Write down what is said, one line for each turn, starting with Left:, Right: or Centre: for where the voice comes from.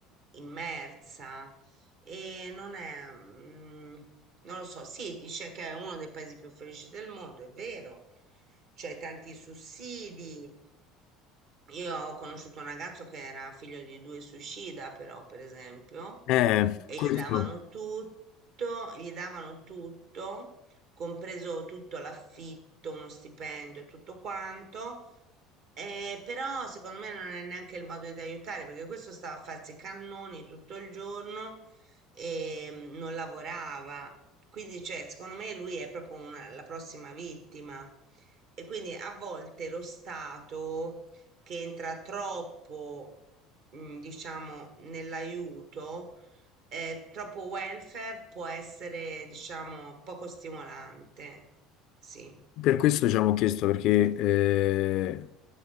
Right: immersa e non è, mm, non lo so, sì, dice che è uno dei paesi più felici del mondo, è vero, c'è tanti sussidi. Io ho conosciuto un ragazzo che era figlio di due suicida, però, per esempio,
Left: Eh,
Right: e
Left: questo.
Right: gli davano tutto, gli davano tutto, compreso tutto l'affitto, uno stipendio, tutto quanto. Eh, però secondo me non è neanche il modo di aiutare perché questo stava a farsi i cannoni tutto il giorno e mm, non lavorava. Quindi, cioè, secondo me lui è proprio una- la prossima vittima. E quindi a volte lo Stato che entra troppo, mm, diciamo, nell'aiuto, eh, troppo welfare può essere, diciamo, poco stimolante. Sì.
Left: Per questo ci abbiamo chiesto perché eh,